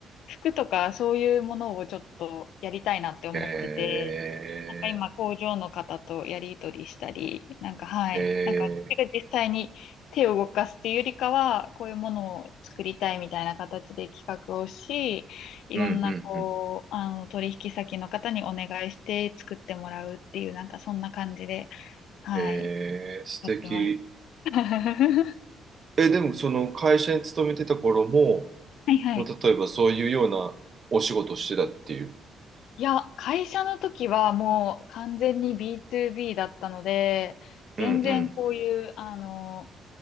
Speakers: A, on the left; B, on the right.
A: 服とかそういうものをちょっとやりたいなって思ってて、
B: え
A: なんか今工場の方とやり取りしたり、なんかはい、
B: えええ
A: なんか私が実際に手を動かすっていうよりかは、こういうものを作りたいみたいな形で企画をし、いろんなこう、
B: うんうんうん。
A: あの、取引先の方にお願いして作ってもらうっていう、なんかそんな感じで、はい、
B: ええ素敵。
A: やってます。<laughs>
B: え、でもその会社に勤めてた頃も、
A: はいはい。
B: もう例えばそういうようなお仕事をしてたっていう。
A: いや、会社の時はもう完全に B2B だったので、全然こういう、
B: うんうん。
A: あの、